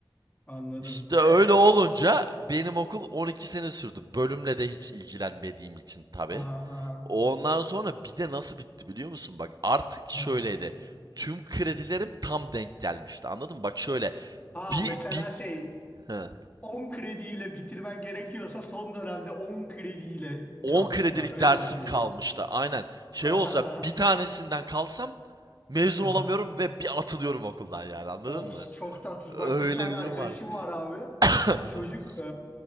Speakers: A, on the left (about 20°); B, on the right (about 55°).
A: Anladım.
B: İşte öyle
A: E,
B: olunca benim okul 12 sene sürdü. Bölümle de hiç ilgilenmediğim için tabii.
A: aha, aha.
B: Ondan sonra bir de nasıl bitti biliyor musun? Bak artık şöyleydi.
A: Ha.
B: Tüm kredilerim tam denk gelmişti. Anladın mı? Bak şöyle
A: Ha,
B: bir,
A: mesela
B: bir
A: şey
B: he,
A: 10 krediyle bitirmen gerekiyorsa son dönemde 10 krediyle
B: 10
A: kaldı
B: kredilik
A: falan. Öyle
B: dersim
A: bir şey
B: kalmıştı.
A: mi?
B: Aynen. Şey
A: Aha,
B: olsa
A: aha.
B: bir tanesinden kalsam mezun
A: aha.
B: olamıyorum ve bir atılıyorum okuldan yani. Anladın
A: Of
B: mı?
A: çok tatsız.
B: Öyle
A: Bak bir tane
B: bir
A: arkadaşım
B: durum vardı.
A: var abi.
B: <laughs>
A: Çocuk e,